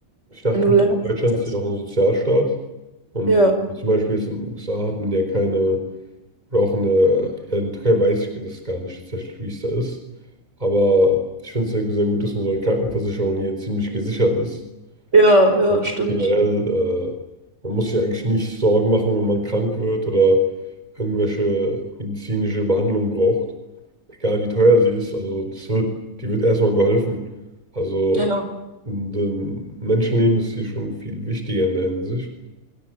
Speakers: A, on the right; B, on the right.
A: ich dachte,
B: wenn du
A: mir,
B: Länder
A: Deutschland
B: sitzt?
A: ist ja auch ein Sozialstaat. Und
B: Ja,
A: zum Beispiel jetzt in den USA hat man ja keine, oder auch in der, ja, in der Türkei weiß ich das gar nicht tatsächlich, wie es da ist. Aber ich finde es ja sehr gut, dass unsere Krankenversicherung hier ziemlich gesichert ist.
B: ja, ja,
A: Also
B: stimmt.
A: generell, äh, man muss sich eigentlich nicht Sorgen machen, wenn man krank wird oder irgendwelche medizinische Behandlung braucht. Egal wie teuer sie ist, also das wird, die wird erstmal geholfen. Also
B: Ja, ja,
A: ein Menschenleben ist hier schon viel wichtiger in der Hinsicht.